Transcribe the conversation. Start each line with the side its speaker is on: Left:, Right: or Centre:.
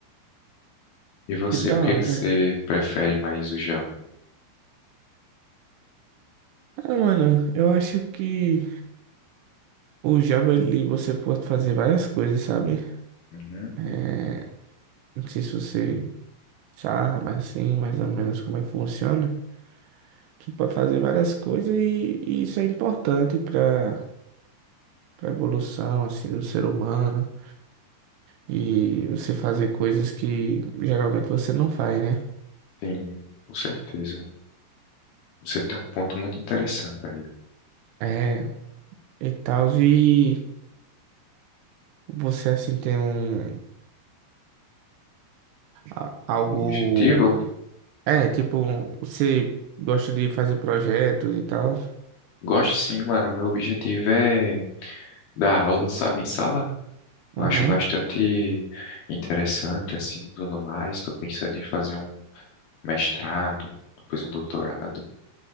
Left: E você,
Right: Que da
Left: por que que
Right: hora.
Left: você prefere mais o Java?
Right: Ah, mano, eu acho que o Java ele você pode fazer várias coisas, sabe?
Left: Uhum,
Right: É, não sei se você sabe assim, mais ou menos como é que funciona. Você pode fazer várias coisas e, e isso é importante para para evolução assim do ser humano e você fazer coisas que geralmente você não faz, né?
Left: sim, com certeza. Você tem um ponto muito interessante aí.
Right: É, e tal e você assim tem um a- algo
Left: Um objetivo?
Right: é, tipo, você gosta de fazer projetos e tal.
Left: Gosto sim, mano. O meu objetivo é dar aula, sabe, em sala. Eu
Right: Aham.
Left: acho bastante interessante, assim, tudo mais. Estou pensando em fazer um mestrado, depois um doutorado,